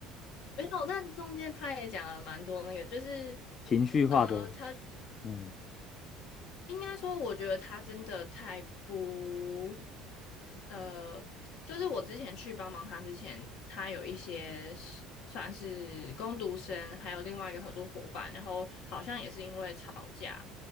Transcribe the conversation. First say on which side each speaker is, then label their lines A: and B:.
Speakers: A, on the left; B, on the left.
A: <laughs> 没有，但中间他也讲了蛮多那个，就是
B: 情绪化的，
A: 呃，他
B: 嗯
A: 应该说，我觉得他真的太不。呃，就是我之前去帮忙他之前，他有一些是算是工读生，还有另外一个合作伙伴，然后好像也是因为吵架，